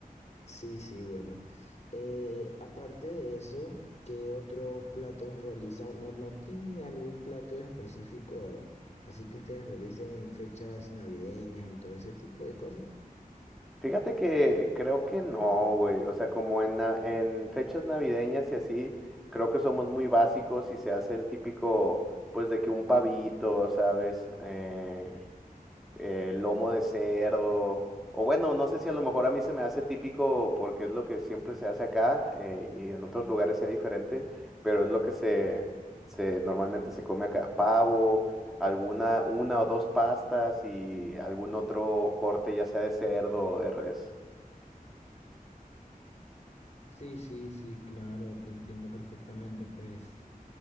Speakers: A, on the left; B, in the centre.
A: Sí, sí, bueno. Eh, aparte de eso, ¿qué otros platos realizan? ¿No, no tienen algún plato específico así que ustedes realicen en fechas navideñas y todo ese tipo de cosas?
B: Fíjate que creo que no, güey. O sea, como en, na- en fechas navideñas y así, creo que somos muy básicos y se hace el típico, pues, de que un pavito, ¿sabes? Eh, eh, lomo de cerdo. O bueno, no sé si a lo mejor a mí se me hace típico porque es lo que siempre se hace acá eh, y en otros lugares sea diferente, pero es lo que se, se normalmente se come acá. Pavo alguna, una o dos pastas y algún otro corte, ya sea de cerdo o de res.
A: Sí, sí, sí, claro, te entiendo perfectamente. Pues